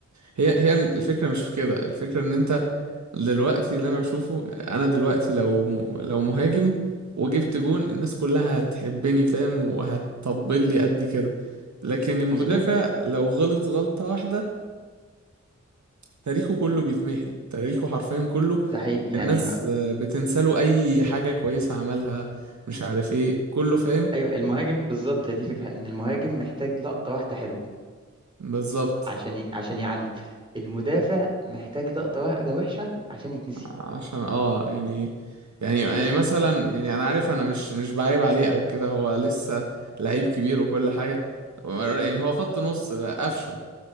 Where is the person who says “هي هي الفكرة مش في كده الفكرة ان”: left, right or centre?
Right